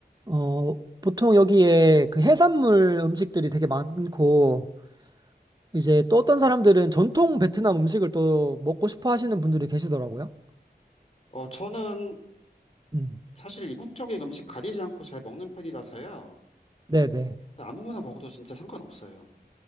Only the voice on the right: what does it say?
어, 보통 여기에 그 해산물 음식들이 되게 많고 이제 또 어떤 사람들은 전통 베트남 음식을 또 먹고 싶어 하시는 분들이 계시더라고요.
음.
네, 네.